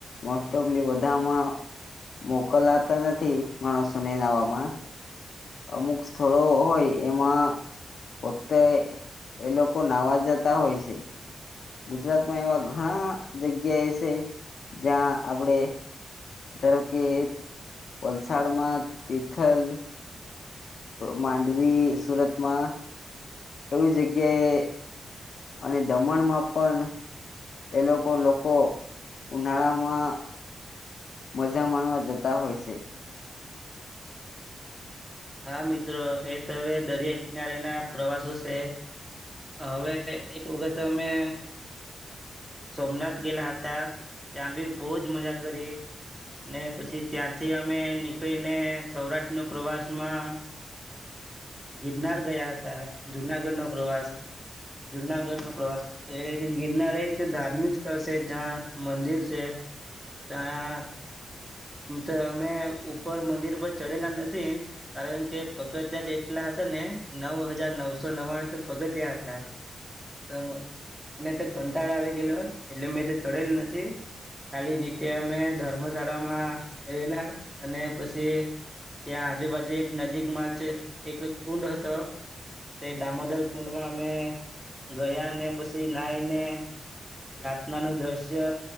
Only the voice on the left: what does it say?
મોસ્ટ ઓફલી બધામાં મોકલાતા નથી માણસોને નાહવામાં અમુક સ્થળો હોય એમાં પોતે એ લોકો નાવા જતા હોય છે ગુજરાતમાં એવા ઘણા જગ્યા એ છે જ્યાં આપણે ધારો કે વલસાડમાં તિથલ માંડવી સુરતમાં એવી જગ્યાએ અને દમણમાં પણ એ લોકો લોકો ઉનાળામાં મજા માણવા જતા હોય છે.